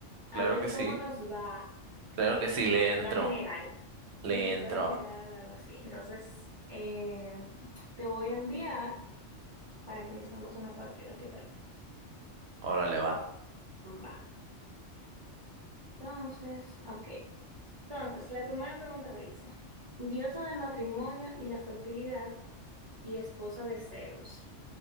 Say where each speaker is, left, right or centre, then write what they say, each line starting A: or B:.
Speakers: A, on the right (about 45°); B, on the right (about 65°).
A: A
B: claro
A: ver
B: que
A: cómo
B: sí.
A: nos va
B: Claro
A: en
B: que sí, le
A: cultura
B: entro.
A: general,
B: Le
A: en cultura
B: entro.
A: general o algo así. Entonces, em, te voy a enviar para que iniciemos una partida. ¿Qué tal?
B: Órale, va.
A: Va. Entonces, ok. Entonces, la primera pregunta dice, diosa del matrimonio y la fertilidad y esposa de Zeus.